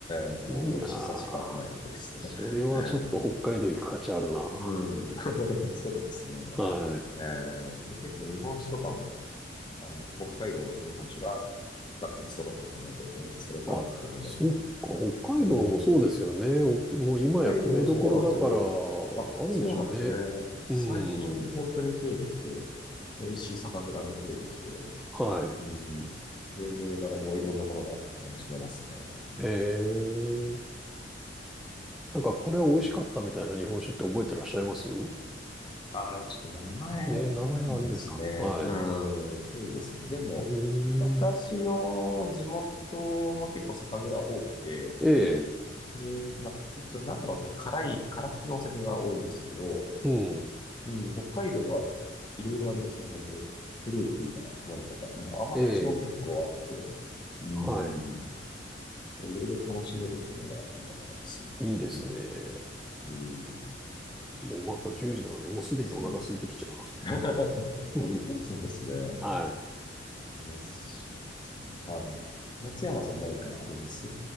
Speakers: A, on the left; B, in the centre.
A: え、もう美味しさしかないですね。
B: いいな。それはちょっと北海道行く価値あるな。
A: <laughs> ええ、うん、<laughs> そうですね。
B: はい。
A: ええ、で、結構日本酒とかも、あの、北海道の日本酒が比較的揃ってたので、ええ、それと合わせて飲めて。
B: あ、そっか。北海道もそうですよね。
A: ええ、
B: おもう今や米どころだから、
A: 北海道そうなんですよ。
B: あるんでしょうね。
A: あ、そうなんですよね。
B: うん。
A: 最近本当に増えてきて、美味しい酒蔵も増えてきて、
B: はい。
A: うん。で、銘柄もいろんなものがあって楽しめますね。うん、
B: へえ。なんかこれは美味しかったみたいな日本酒って覚えてらっしゃいます
A: ああ、ちょっと名前わからないですね。
B: えー名前はあるんですかはい。
A: うん、そうですね。でも、
B: うーん。
A: 私の地元も結構酒蔵多くて、
B: ええ、
A: で、まあ、たたちょ、長野って辛い、辛口のお酒が多いんですけど、
B: うん。
A: うん、北海道はいろいろありますね。本当フルーティーなものとか、まあ、甘口も結構あって、
B: ええ、
A: うん、
B: はい。
A: いろいろ楽しめるっていうのが良かったですね。
B: いいですね。
A: うんうーん。ちょっと、
B: もうまた10時なのに、もうすでにお腹空いてきちゃうな、
A: おすすめですね。
B: そりゃ。
A: <laughs>
B: うんうん。
A: そうですね。
B: はい。
A: ね、すぐですね。はい。松山さん何かあります